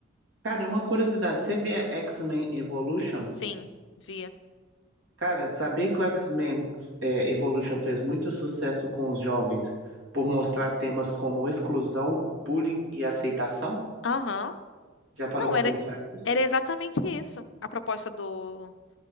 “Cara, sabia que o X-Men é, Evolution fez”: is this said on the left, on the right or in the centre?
Right